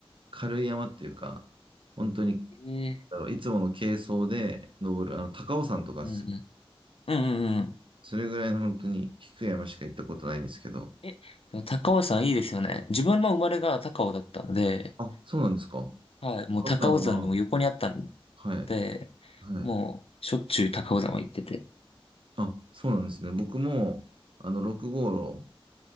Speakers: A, on the right; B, on the left.
A: 軽い山っていうか、本当に
B: いえ
A: だろう、いつもの軽装で登る、あの、高尾山とかですよ。
B: ーうんうん。うんうんうん。
A: それぐらいの本当に低い山しか行ったことないんですけど。
B: え、でも高尾山いいですよね。自分の生まれが高尾だったので、
A: あ、そうなんですか。
B: はい。もう高尾山がもう横にあったん
A: 高尾山は、はい、
B: で、
A: はい。
B: もう、しょっちゅう高尾山は行ってて。
A: あ、そうなんですね。僕も、あの、6号路